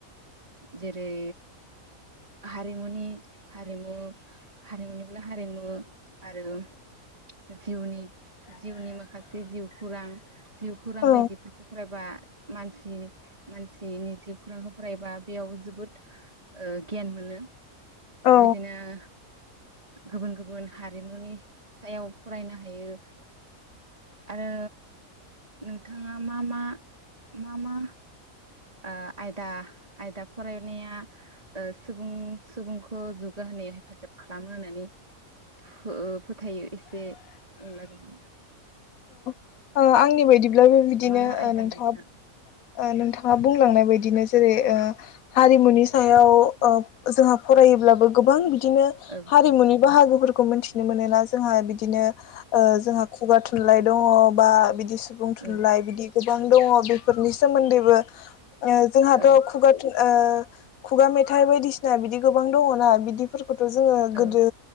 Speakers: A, on the right; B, on the left.
A: जेरै हारिमुनि हारिमु हारिमुनिलाहारिमु आरो जिउनि जिउनि माखासे जिउखौरां जिउखौरां
B: औ
A: बायदिफोरखौ फरायबा मानसि मानसिनि जिउ खौरांखौ फरायबा बेयाव जोबोद ओ गियान मोनो। बेबायदिनो
B: औ
A: गुबुन गुबुन हारिमुनि सायाव फरायनो हायो। आरो नोंथाङा मा -मा- मा -मा ओ आयदा आयदा फरायनाया ओ सुबुं सुबुंखौ जौगाहोनायाव हेफाजाब खालामो होननानै फो फोथायो एसे <unintelligible>
B: औ आंनि बायदि नों बिदिनो
A: मा मा आयदानि
B: ओ नोंथाङा
A: औ
B: ओ नोंथाङा बुंलांनाय बायदिनो जेरै ओ हारिमुनि सायाव ओ जोंहा फरायोब्लाबो गोबां बि दिनो
A: औ
B: हारिमुनि बाहागो फोरखौ मिथिनो मोनोना जोंहा बिदिनो ओ जोंहा खुगा थु थुनलाय दंङ बा बिदि सुबुं थुनलाइ
A: औ
B: बिदि गोबां दङ बेफोरनि सोमोन्दैबो ओ जोंहाथ'
A: औ
B: खुगा थुन ओ खुगा मेथाइ बायदिसिना बिदि गोबां दंङना बिदि फोर खथ' जोङो
A: औ
B: गोदो